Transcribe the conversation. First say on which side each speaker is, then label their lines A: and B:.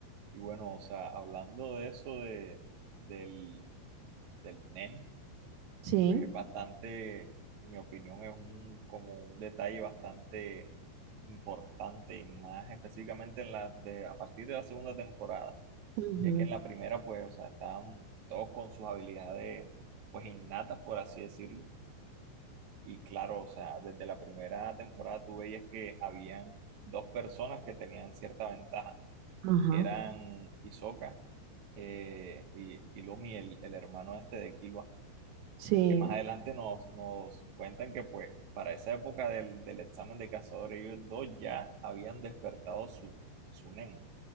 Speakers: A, on the right; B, on the right.
A: Y bueno, o sea, hablando de eso de, del, del Nen,
B: Sí.
A: pues es bastante, en mi opinión, es un, como un detalle bastante importante y más específicamente en la de, a partir de la segunda temporada,
B: Ujú,
A: ya que en la primera, pues, o sea, estaban todos con sus habilidades, pues, innatas, por así decirlo. Y claro, o sea, desde la primera temporada tú veías que habían dos personas que tenían cierta ventaja
B: Ajá,
A: eran Hisoka eh, y, y Lumi, el, el hermano este de Killua,
B: sí,
A: que más adelante nos, nos cuentan que pues para esa época del, del examen de cazadores, ellos dos ya habían despertado su, su Nen,